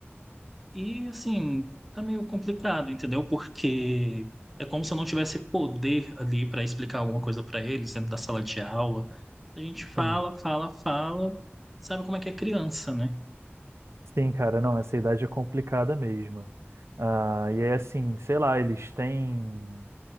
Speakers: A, in the centre; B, on the right.
A: E, assim, tá meio complicado, entendeu? Porque é como se eu não tivesse poder ali para explicar alguma coisa para eles dentro da sala de aula. A gente fala,
B: Sim,
A: fala, fala, sabe como é que é criança, né?
B: sim, cara, não, essa idade é complicada mesmo. Ah, e é assim, sei lá, eles têm.